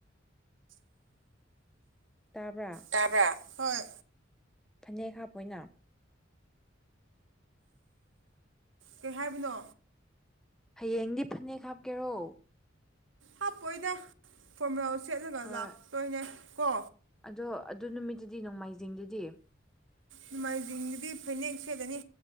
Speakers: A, in the centre; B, on the right.
A: ꯇꯥꯕ꯭ꯔꯥ
B: ꯇꯥꯕ꯭ꯔ ꯍꯣꯏ
A: ꯐꯅꯦꯛ ꯍꯥꯞꯄ ꯑꯣꯏꯅ
B: ꯀꯩ ꯍꯥꯏꯕꯅꯣ
A: ꯍꯌꯦꯡꯗꯤ ꯐꯅꯦꯛ ꯍꯥꯞꯀꯦꯔꯣ
B: ꯍꯥꯞꯄꯣꯏꯗ ꯐꯣꯔꯃꯂꯥ ꯁꯦꯠꯂꯒ
A: ꯍꯣꯏ
B: ꯂꯥꯛꯇꯣꯏꯅꯦ ꯀꯣ
A: ꯑꯗꯣ ꯑꯗꯨ ꯅꯨꯃꯤꯠꯇꯨꯗꯤ ꯅꯣꯡꯃꯥꯏꯖꯤꯡꯗꯨꯗꯤ
B: ꯅꯣꯡꯃꯥꯏꯖꯤꯡꯗꯨꯗꯤ ꯐꯅꯦꯛ ꯁꯦꯂꯅꯤ